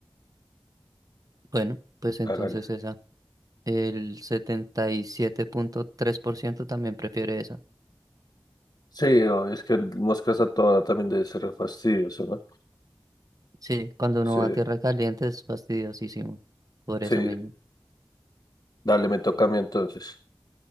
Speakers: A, on the right; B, on the left.
A: Bueno, pues entonces
B: Hágale.
A: esa. El setenta y siete punto tres por ciento también prefiere eso.
B: Sí, obvio, es que el moscas a toda hora también debe ser re fastidioso, ¿no?
A: Sí, cuando uno
B: Sí,
A: va a tierra caliente es fastidiosísimo. Por
B: sí,
A: eso mismo.
B: dale, me toca a mí entonces